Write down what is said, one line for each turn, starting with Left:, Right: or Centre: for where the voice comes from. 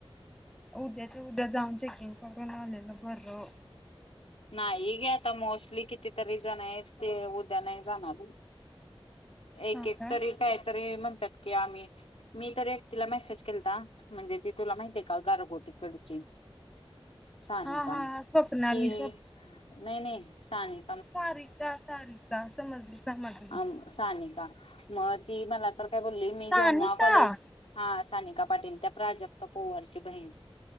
Centre: उद्याच उद्या जाऊन चेकिंग करून आलेलं बरं.
Left: <unintelligible> नाही घे आता मोस्टली कितीतरी जण ते उद्या नाही जाणार. एक
Centre: हा
Left: एक
Centre: काय?
Left: तरी काहीतरी म्हणतात की आम्ही मी तर एकटिला मेसेज केलता म्हणजे ती तुला माहितीे का? गारगोटीकडची. सानिका,
Centre: हा हा हा स्वप्नाली
Left: ती नाही नाही सानी
Centre: सारीका सारीका समजली समजली.
Left: आम सानिका मग ती मला तर काय बोलली मी
Centre: सानिका
Left: जेव्हा कॉलेज हा सानिका पाटील त्या प्राजक्ता पोवारची बहीण